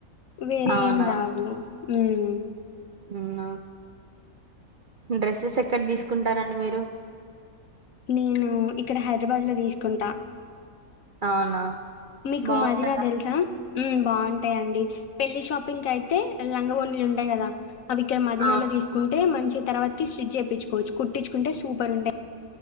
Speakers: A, on the left; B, on the right.
A: వేరే
B: అవునా
A: ఏం రావు. హ్మ్
B: ఉమ్ నా డ్రెస్సెస్ ఎక్కడ తీసుకుంటారండి మీరు?
A: నేను, ఇక్కడ హైదరాబాద్ లో తీసుకుంటా.
B: అవునా?
A: మీకు
B: బాగుంటదా
A: మదినా తెల్సా? ఉమ్ బాగుంటయండి, పెళ్లి షాపింగ్ కయితే లంగా వోణీలు ఉంటయి కదా? అవి ఇక్కడ మదీనాలో
B: అవు
A: తీసుకుం మంచిగ్ తర్వాతికి స్టిజ్ చేయించుకోవచ్చు కుట్టించుకుంటే సూప రుండే